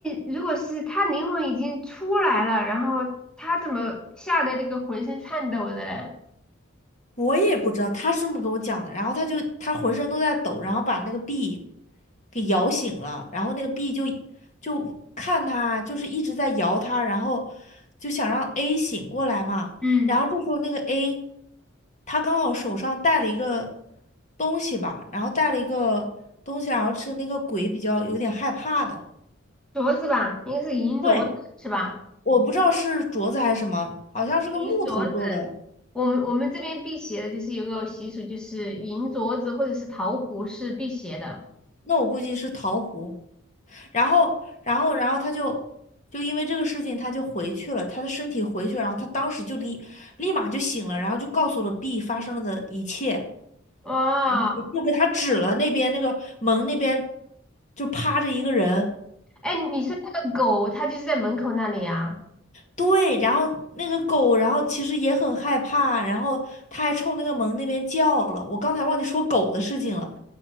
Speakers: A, in the centre; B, on the left (about 35°).
A: 如果是他灵魂已经出来了，然后他怎么吓得那个浑身颤抖的嘞？
B: 我也不知道他是这么跟我讲的，然后他就他浑身都在抖，然后把那个 B 给摇醒了，然后那个 B 就就看他，就是一直在摇他，然后就想让 A 醒过来嘛，
A: 嗯，
B: 然后这时候那个 A 他刚好手上带了一个东西吧，然后带了一个东西，然后是那个鬼比较有点害怕的，
A: 镯子吧，应该是银镯子是吧？
B: 对，我不知道是镯子还是什么，好像是个木头做的，
A: 银镯子，我们我们这边辟邪的，就是有个习俗，就是银镯子或者是桃核是辟邪的。
B: 那我估计是桃核。然后，然后，然后他就就因为这个事情，他就回去了，他的身体回去，然后他当时就立立马就醒了，然后就告诉了 B 发生了的一切，
A: 哇，
B: 然后就给他指了那边那个门那边就趴着一个人，
A: 哎，你说那个狗，它就是在门口那里啊？
B: 对，然后那个狗，然后其实也很害怕，然后他还冲那个门那边叫了，我刚才忘记说狗的事情了，